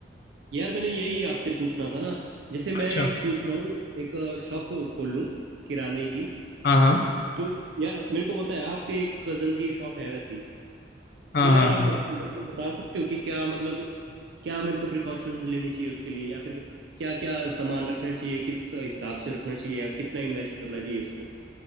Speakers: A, on the right; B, on the left.
A: यार मैंने यही आपसे पूछना था ना जैसे
B: अच्छा
A: मैं एक सोच रहा हूँ एक शॉप खोल लूँ किराने की
B: हाँ हाँ
A: तो यार मेरे को पता है आपके एक कजन की शॉप है वैसी
B: हाँ
A: तो यार
B: हाँ
A: आप
B: हाँ
A: मेरे को बता सकते हो कि क्या मतलब क्या मेरे को प्रिकॉशंस लेनी चाहिए उसके लिए या फिर क्या क्या सामान रखना चाहिए किस हिसाब से रखना चाहिए या कितना इन्वेस्ट करना चाहिए इस पे